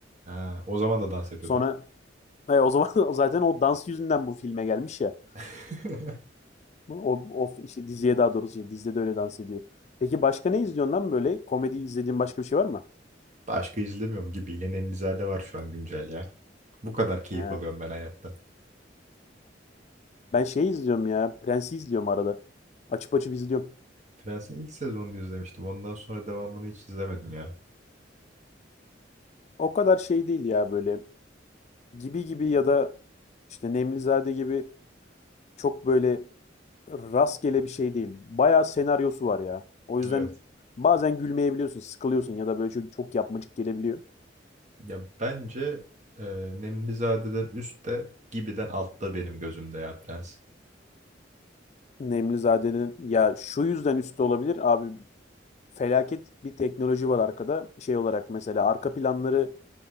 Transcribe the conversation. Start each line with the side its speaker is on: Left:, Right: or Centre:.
Right: Ha, o zaman da dans ediyordu.
Left: Sonra
Right: ha.
Left: e, o zaman <laughs> zaten o dans yüzünden bu filme gelmiş ya.
Right: <laughs>
Left: O, o işte diziye daha doğrusu şey, dizide de öyle dans ediyor. Peki başka ne izliyorsun lan böyle? Komedi izlediğin başka bir şey var mı?
Right: Başka izlemiyorum gibi. İlen Emlizade var şu an güncel ya. Bu kadar keyif
Left: He.
Right: alıyorum ben hayattan.
Left: Ben şey izliyorum ya. Prens'i izliyorum arada. Açıp açıp izliyorum.
Right: Prens'in ilk sezonunu izlemiştim. Ondan sonra devamını hiç izlemedim ya.
Left: O kadar şey değil ya böyle. Gibi gibi ya da işte Nemlizade gibi çok böyle rastgele bir şey değil. Bayağı senaryosu var ya. O yüzden
Right: Evet.
Left: bazen gülmeyebiliyorsun, sıkılıyorsun ya da böyle çok, çok yapmacık gelebiliyor.
Right: Ya bence e, Nemlizade'den üstte, Gibi'den altta benim gözümde ya Prens.
Left: Nemlizade'nin ya şu yüzden üstü olabilir abi felaket bir teknoloji var arkada. Şey olarak mesela arka planları